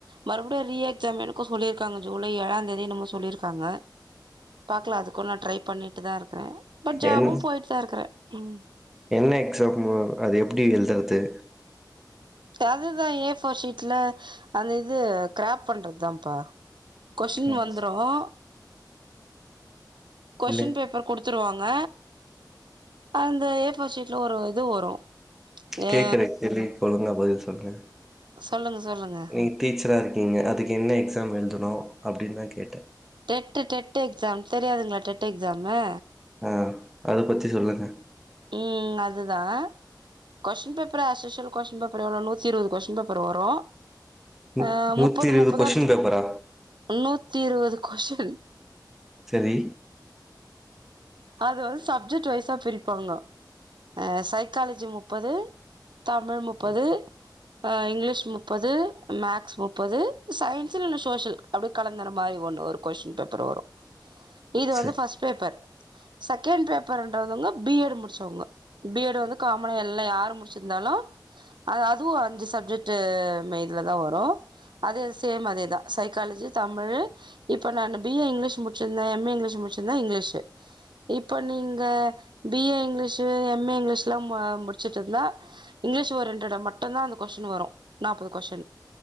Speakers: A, on the right (about 85°); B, in the centre.
A: மறுபடியும் ரீ எக்ஸாம் இருக்கும் சொல்லிருக்காங்க ஜூலை ஏழாந் தேதி என்னமோ சொல்லிருக்காங்க பாக்கலாம் அதுக்கும் நான ட்ரை பண்ணிட்டு தான் இருக்குறேன் பட் ஜாபும்
B: என்
A: போயிட்டு தான் இருக்குறேன் ம்
B: என்ன எக்ஸாமு அது எப்டி <unintelligible>
A: அதுதான் ஏ ஃபோர் சீட் வீட்ல அந்த இது கிராப் பண்றது தாப்பா கொஸ்டின்
B: ம்
A: வந்துரும் கொஸ்டின்
B: இல்ல
A: பேப்பர் குடுத்துருவாங்க ஆ அந்த ஏஃபோர் சீட்ல ஒரு இது வரு ஏ
B: கேக்குறே தெரில இப்ப ஒழுங்கா பதில் சொல் சொல்லுங்க
A: சொல்லுங்க சொல்லுங்க
B: நீங் டீச்சரா இருக்கீங்க அதுக்கு என்ன எக்ஸாம் எழுதுனும் அப்டின் தான் கேட்டே
A: டெட் டெட் எக்ஸாம் தெரியாதுங்களா டெட் எக்ஸாமு
B: ஹா அத பத்தி சொல்லுங்க
A: ம் அதுதான் question paper as usual question paper எவ்ளோ நூத்தி இருபது கொஸ்டின் பேப்பர் வரும்
B: நூ
A: ஹா
B: நூத்தி
A: முப்பது
B: இருவது
A: முப்பதா
B: கொஸ்டின் பேப்பரா
A: முன்னூத்தி இருவது கொஸின்
B: செரி
A: அது வந்து சப்ஜெக்ட் வைஸா பிரிப்பாங்க அ சைக்காலஜி முப்பது தமிழ் முப்பது அ இங்கிலீஷ் முப்பது மேக்ஸ் முப்பது சயின்ஸ் இ இல்ல சோசியல் அப்டியே கலந்துற மாரி ஒண்ணு ஒரு கொஸ்டின் பேப்பர் வரும் இது
B: ச
A: வந்து ஃபஸ்ட் பேப்பர் செகண்ட் பேப்பர்ன்றதுவங்க பிஎட் முடிச்சவங்க பி எட் வந்து காமனா இல்ல யாரும் முடிச்சிருந்தாலும் அ அதுவும் அஞ்சு சப்ஜெக்ட் டெட் மதுல தான் வரும் அதே சேம் அதேதான் சைக்காலஜி தமிழ் இப்ப நான் பி ஏ இங்கிலீஷ் முடிச்சிருந்தேன் எம் ஏ இங்கிலீஷ் முடிச்சிருந்தன் இங்கிலீஷ் இப்போ நீங்க B A English M A English எல்லா முடிச்சட்டு இருந்தா இங்கிலீஷ் ஒரு ரெண்டு இடம் மட்டும்தான் அந்த கொஸ்டின் வரும் நாப்பது கொஸ்டின்